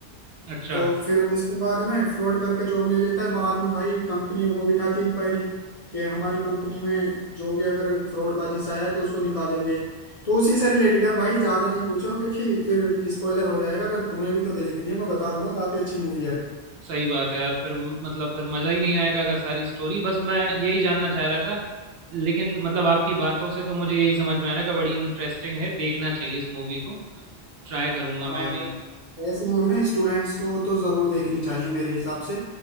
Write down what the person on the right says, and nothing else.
अच्छा
सही बात है यार फिर मतलब फिर मज़ा ही नहीं आएगा का सारी स्टोरी बस मैं यही जानना चाह रहा था लेकिन मतलब आपकी बातों से तो मुझे यही समझ में आ रहा है कि बड़ी इंटरेस्टिंग है देखना चाहिए इस मूवी को ट्राई करूंगा
मैं भी